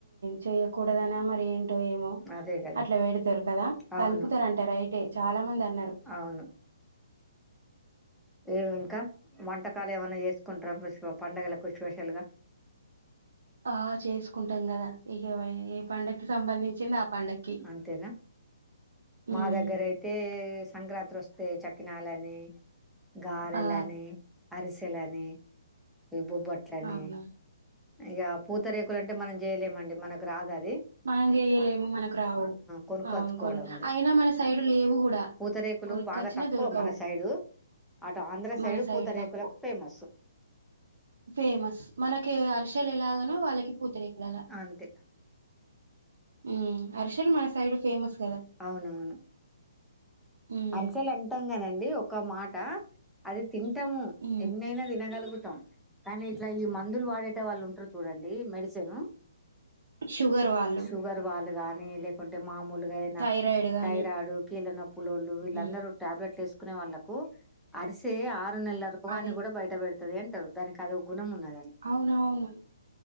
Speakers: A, on the right (about 65°); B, in the centre.
A: చేయ్యకూడదనా మరి ఏం టో ఏమో
B: అదే కదా
A: అట్లా వేడతారు కదా
B: అవును
A: కలుపుతారంటారు రైటు చాలా మంది అన్నారు <inaudible>
B: అవును ఉమ్ ఇంకా వంటకాలు ఏమైన్నా చేసుకుంటారా పండుగలకు స్పెషల్ గా
A: ఆ చేసుకుంటాం కదా ఇక ఏ పండగకి సంబంధించింది ఆ పండక్కి
B: అంతేనా
A: హ్మ్.
B: మా దగ్గర అయితే సంక్రాంతి వస్తు తే చకినాలని గారెలని
A: ఆ
B: అరిసెలని ఈ బొబ్బట్లని
A: అవును
B: ఇక పూతరేకులు అంటే మనం చేయలేమండి మనకు రా దధి
A: మనం చేయలేము మనకు రావు
B: కొనుకోచుకోడమే
A: అవును కొను అయినా మన సైడ్ లేవు కూడా
B: పూతరేకులు
A: కొనుక్కొచ్చినా
B: బాగా తక్కువ
A: దొరకవు
B: మన సైడు అటు ఆంధ్ర
A: మన
B: సైడు
A: సైడ్
B: పూతరేకులకు
A: తక్కువ
B: ఫేమస్
A: ఫేమస్ మనకి అరిసెలు ఎలాగనో వాళ్ళకి పూతరేకులలా
B: అంతే
A: ఉమ్ అరెసలు మన సైడు ఫేమస్ కదా
B: అవునవును
A: హ్మ్.
B: అరిసెలు అంటాం కనండి ఒక మాట అది తింటాము
A: హ్మ్.
B: ఎన్నైనా తినగలుగు తం కానీ ఇట్లా ఈ మందులు వాడేట వాళ్ళు ఉంటారు చూడండి మెడిసిన్
A: షుగర్ వాళ్ళు
B: షుగర్ వాళ్ళు గానీ లేకుంటే మామలుగా నా
A: థైరాయిడ్ గాని
B: థైరాయిడ్ కీల నొప్పులోలు వీళ్ళందరూ
A: ఉమ్
B: టాబ్లె యేసుకునేవాలకు అరిసే ఆరు నెలల రోగాన్ని
A: అది
B: కూడా బయట పెడత ది అంటారు దానికి అద ఒక గుణం ఉన్నది
A: అవునవును